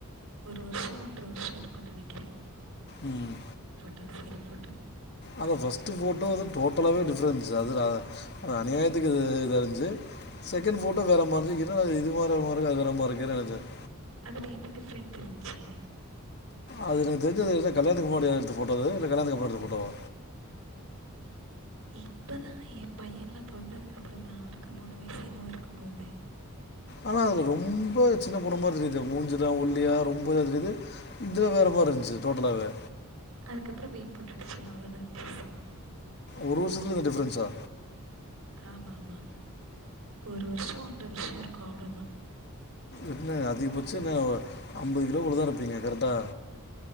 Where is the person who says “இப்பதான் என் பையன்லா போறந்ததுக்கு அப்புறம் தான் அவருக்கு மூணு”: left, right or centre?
Right